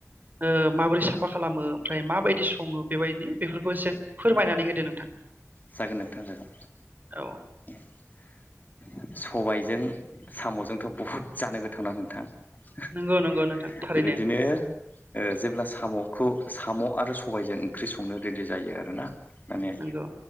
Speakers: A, on the right; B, on the left.
A: ओ माबोरै
B: औ
A: साफा खालामो ओमफ्राय माबायद दि सङो बेबायदि बेफोरखौ एसे फोरमायनानै होदो नोंथां?
B: जागोन नोंथां जागोन
A: औ
B: उम। सबायजों साम'जोंथ' बहुद जानो गोथावनां नोंथां? ओह
A: नंगौ नंगौ नोंथां थारैनो
B: बेबायदिनो ओ जेब्ला साम'खौ साम' आरो सबायजों ओंख्रि संनो रेडि जायो आरोना। माने
A: नंगौ